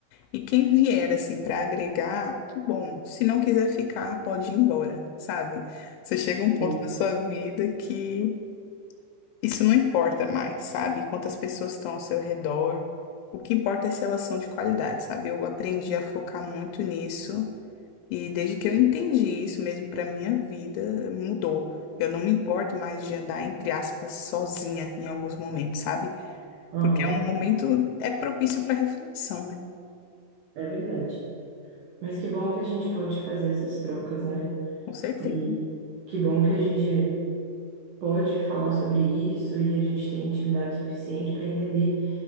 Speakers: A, on the left (about 85°); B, on the right (about 70°).
A: E quem vier assim para agregar, que bom. Se não quiser ficar, pode ir embora, sabe? Você chega a um ponto
B: Sim.
A: da sua vida que isso não importa mais, sabe? Quantas pessoas estão ao seu redor. O que importa é se elas são de qualidade, sabe? Eu aprendi a focar muito nisso e desde que eu entendi isso mesmo para minha vida, mudou. Eu não me importo mais de andar, entre aspas, sozinha em alguns momentos, sabe?
B: Aham,
A: Porque é um momento, é propício para reflexão, né?
B: é verdade. Mas que bom que a gente pode fazer essas trocas, né?
A: Com certeza.
B: E que bom que a gente pode falar sobre isso e a gente tem intimidade suficiente para entender